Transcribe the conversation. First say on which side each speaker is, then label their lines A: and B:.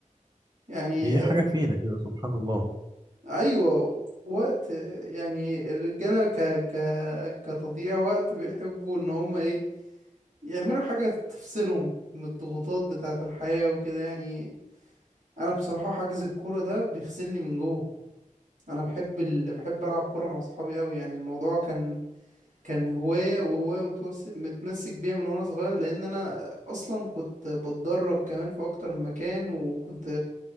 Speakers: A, on the right; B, on the right.
A: يعني
B: هي حاجة فينا كده سبحان الله
A: ايوه وقت يعني الرجاله ك ك كتضييع وقت بيحبوا ان هم ايه يعملوا حاجه تفصلهم من الضغوطات بتاعه الحياه وكده يعني انا بصراحه حجز الكوره ده بيغسلني من جوه انا بحب ال... بحب العب كوره مع صحابي قوي يعني الموضوع كان كان هوايه وهوايه متوس... متمسك بيها من وانا صغير لان انا اصلا كنت بتدرب كمان في اكتر من مكان وكنت